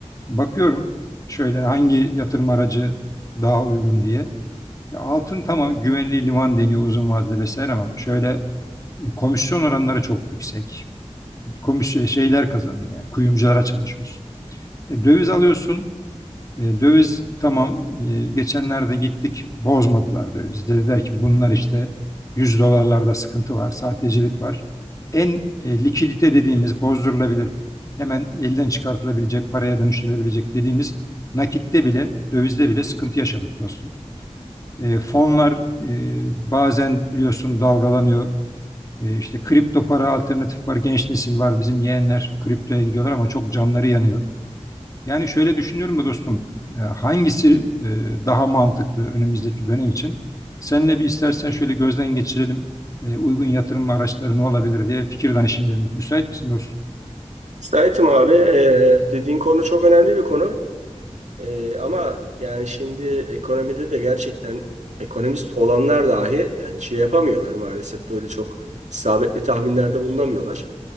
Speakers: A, on the left; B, on the right.
A: Bakıyorum şöyle hangi yatırım aracı daha uygun diye. Ya Altın tamam güvenli liman deniyor uzun vadede vesaire ama şöyle E, Komisyon oranları çok yüksek. Komis e, şeyler kazanıyor yani kuyumculara çalışıyorsun. E, döviz alıyorsun. E, döviz tamam e, geçenlerde gittik bozmadılar döviz. Dediler ki bunlar işte 100 dolarlarda sıkıntı var, sahtecilik var. En e, likidite dediğimiz bozdurulabilir, hemen elden çıkartılabilecek, paraya dönüştürülebilecek dediğimiz nakitte bile, dövizde bile sıkıntı yaşadık dostum. E, fonlar e, bazen biliyorsun dalgalanıyor e, işte kripto para alternatif var. Genç nesil var. Bizim yeğenler kriptoya gidiyorlar ama çok canları yanıyor. Yani şöyle düşünüyorum da dostum. e, Hangisi e, daha mantıklı önümüzdeki dönem için? Seninle bir istersen şöyle gözden geçirelim. E, Uygun yatırım araçları ne olabilir diye fikir danışayım dedim. Müsait misin dostum?
B: Sait'im abi e, dediğin konu çok önemli bir konu. E, ama yani şimdi ekonomide de gerçekten ekonomist olanlar dahi yani şey yapamıyorlar maalesef böyle çok isabetli tahminlerde bulunamıyorlar.